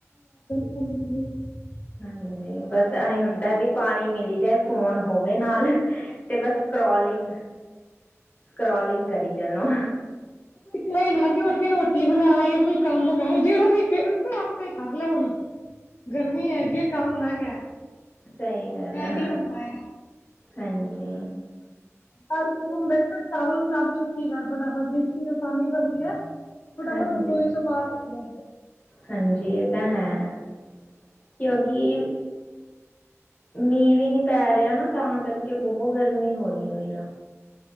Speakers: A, on the left; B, on the left.
A: <inaudible>
B: ਹਾਂਜੀ। ਬਸ ਐ ਹੁੰਦਾ ਵੀ ਪਾਣੀ ਮਿਲੀ ਜਾਏ ਫੋਨ ਹੋਵੇ ਨਾਲ ਤੇ ਬਸ ਸਕਰੋਲਿੰਗ ਸਕ੍ਰੋਲਿੰਗ ਕਰੀ ਚਲੋ।
A: ਕਿਤਨਾ ਇਹ ਨਾ ਉੱਠ ਕੇ ਰੋਟੀ ਬਣਾ ਜਾਂ ਕੋਈ ਕੰਮ ਕਰ ਜਿਹੜਾ ਵੇਖੇ ਕੋਈ ਆਪੇ ਕਰ ਲੈ ਹੁਣ। ਗਰਮੀ ਹੈਗੀ ਕੰਮ ਨਾ ਕਹਿ,
B: ਸਹੀ ਗੱਲ
A: ਐਵੈਂ
B: ਆ
A: ਹੁੰਦਾ ਏ।
B: ਹਾਂਜੀ
A: ਚਾਵਲ ਬਣਾ ਕੇ ਛੁੱਟੀ ਕਰ ਬੜਾ ਜਿਹੜੀ ਚੀਜ਼ ਆਸਾਨੀ ਬਣਦੀ ਹੈ ਫਟਾਫਟ
B: ਹਾਂਜੀ
A: ਰਸੋਈ ਚੋਂ ਬਾਹਰ ਨਿਕਲੋ
B: ਹਾਂਜੀ ਇਹ ਤਾਂ ਹੈ ਕਿਉਂਕਿ ਮੀਂਹ ਵੀ ਨੀ ਪੈ ਰਿਹਾ ਨਾ ਤਾਂ ਕਰਕੇ ਬਹੁਤ ਗਰਮੀ ਹੋਈ ਹੋਈ ਆ <inaudible>